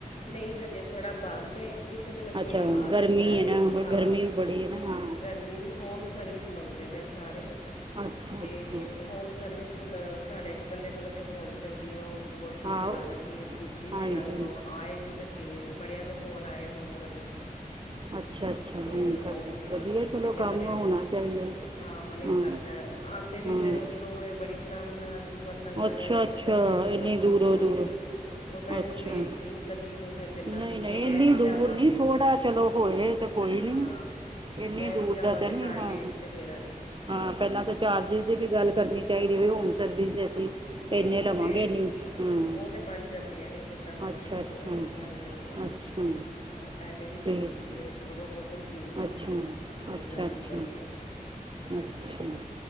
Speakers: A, on the left (about 50°); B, on the right (about 35°).
A: ਨਹੀਂ ਹਜੇ ਥੋੜ੍ਹਾ ਬੰਦ ਏ ਕਿਸੇ ਵੇਲੇ ਕੋਈ
B: ਅੱਛਾ
A: ਆ ਜਾਂਦਾ
B: ਗਰਮੀ
A: ਏ
B: ਹੈ ਨਾ ਹੋਰ
A: ਹਾਂ
B: ਗਰਮੀ ਵੀ ਬੜੀ ਹੈ ਨਾ ਹਾਂ
A: ਗਰਮੀ ਵੀ ਹੋਮ ਸਰਵਿਸ ਮੰਗਦੇ ਪਏ ਸਾਰੇ
B: ਅੱਛਾ
A: ਅਤੇ
B: ਅੱਛਾ
A: ਹੋਮ ਸਰਵਿਸ ਹੁਣ ਸਾਡੇ ਇਕੱਲੇ ਇਕੱਲੋਂ ਤਾਂ ਹੋ ਨਹੀਂ ਸਕਦੀ ਉਹ ਵੋਹਟੀ
B: ਆਹੋ
A: ਚਲਾ ਲੈਂਦੀ ਹੈ ਸਕੂਟਰੀ
B: ਹਾਂਜੀ
A: 'ਤੇ ਹੁਣ ਉਹ ਆਏਗੀ ਅਤੇ ਫੇਰ ਬੜਿਆਂ ਦੇ ਫੋਨ ਆਏ ਹੋਮ ਸਰਵਿਸ ਤੇ
B: ਅੱਛਾ ਅੱਛਾ
A: ਤੇ
B: ਹੋਮ ਸਰਵਿਸ
A: ਉਹ ਹੁਣ
B: ਵਧੀਆ ਚਲੋ
A: ਇੰਨੇ
B: ਕੰਮ
A: ਮਨ
B: ਹੋਣਾ ਚਾਹੀਦਾ
A: ਹਾਂ ਮਨ
B: ਹਮ
A: ਕਰਦਾ ਆਂ ਵੀ
B: ਹਮ
A: ਫਿਰ ਉੱਧਰੋਂ ਬੜੀ ਬ੍ਰਾਹਮਣਾਂ ਜੀਵਨ ਨਗਰ
B: ਅੱਛਾ ਅੱਛਾ
A: ਧਰ ਹੋਰ
B: ਇੰਨੀ
A: ਦੂਰ
B: ਦੂਰੋਂ
A: ਦੂਰ
B: ਦੂਰੋਂ
A: ਦੇ ਉਹ ਮੈਂ ਇਹਨੂੰ
B: ਅੱਛਾ
A: ਭੇਜਦੀ ਨੀ ਕੱਲੀ ਨੂੰ ਫਿਰ ਮੇਰੇ ਨਾਲ
B: ਨਹੀਂ
A: ਜੇ
B: ਨਹੀਂ
A: ਮੈਂ
B: ਇੰਨੀ
A: ਵੀ
B: ਦੂਰ
A: ਜਾਵਾਂ
B: ਨੀ ਥੋੜਾ ਚਲੋ ਹੋਏ ਤੇ ਕੋਈ ਨੀ
A: ਹਾਂ
B: ਇੰਨੀ
A: ਮੈਂ
B: ਦੂਰ
A: ਵੀ ਜਾਵਾਂ
B: ਦਾ ਤ
A: ਤੇ
B: ਨਹੀਂ
A: ਟਾਈਮ
B: ਹਾਂ
A: ਵੇਸਟ ਹੈ ਮੇਰਾ ਵੀ
B: ਹਾਂ ਪਹਿਲਾਂ ਤਾਂ ਚਾਰਜਿਸ ਦੀ ਵੀ ਗੱਲ ਕਰਨੀ ਚਾਹੀਦੀ ਹੋ ਹੋਮ ਸਰਵਿਸ ਦੇ ਅਸੀਂ
A: ਨਹੀਂ
B: ਇੰਨੇ
A: ਉਹ
B: ਲਵਾਂਗੇ
A: ਤੇ
B: ਇੰਨੀ ਹਾਂ
A: ਉਹ ਤੇ ਮੰਨ ਜਾਂਦੀਆਂ ਨੇ ਜਿੰਨਾ ਮਰਜੀ
B: ਅੱਛਾ
A: ਰੱਖੋ
B: ਅੱਛਾ
A: ਮੰਨ ਜਾਂਦੀਆਂ
B: ਅੱਛਾ
A: ਹਾਂ ਪਹਿਲੇ ਵੀ ਅਸੀਂ
B: ਠੀਕ
A: ਕੀਤੀ ਹੈ ਉਦੋਂ ਮੌਸਮ ਠੀਕ ਸੀ
B: ਅੱਛਾ
A: ਹੁਣ
B: ਅੱਛਾ
A: ਗਰਮੀ
B: ਅੱਛਾ
A: ਬੜੀ ਹੈ
B: ਅੱਛਾ